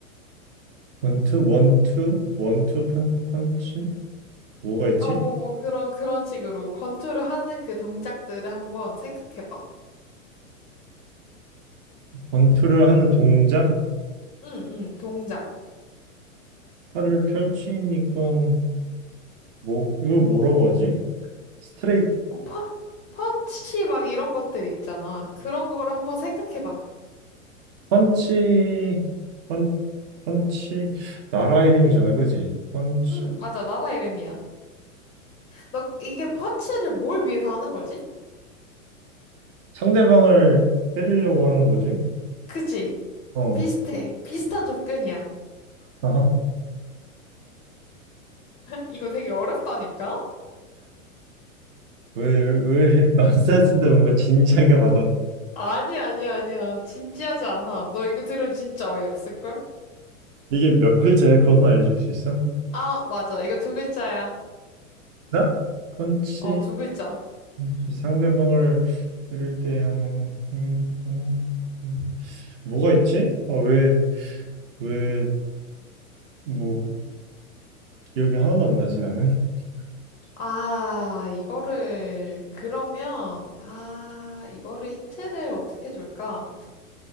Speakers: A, on the right (about 45°); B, on the left (about 15°).
A: 권투, 원투, 원투 펀, 펀치? 뭐가 있지?
B: 어, 뭐, 뭐, 그런, 그런 식으로 권투를 하는 그 동작들을 한번 생각해봐.
A: 권투를 하는 동작?
B: 응, 응, 동작.
A: 팔을 펼치니까, 뭐, 이거 뭐라고 하지? 스트레이트,
B: 뭐, 펀, 펀치 막 이런 것들 있잖아. 그런 거를 한번 생각해봐.
A: 펀치, 펀, 펀치, 나라 이름이잖아, 그지? 펀치.
B: 응, 맞아. 나라 이름이야. 너 이게 펀치를 뭘 위해서 하는 거지?
A: 상대방을 때리려고 하는 거지?
B: 그치?
A: 어.
B: 비슷해. 비슷한 접근이야.
A: 아하.
B: 이거 되게 어렵다니까?
A: 왜, 왜 <laughs> 넌센스인데 뭔가 진지하게 받아들여?
B: 아니야, 아니야, 아니야. 진지하지 않아. 너 이거 들으면 진짜 어이없을걸?
A: 이게 몇 글자야? 그것만 알려줄 수 있어?
B: 아, 맞아. 이거 두 글자야.
A: 나? 펀치,
B: 어, 두 글자.
A: 펀치, 상대방을 때릴 때 하는 행동. 음, 뭐가 있지? 아, 왜, 왜, 뭐, 기억이 하나도 안 나지, 나는? <laughs>
B: 아, 이거를, 그러면, 아, 이거를 힌트를 어떻게 줄까?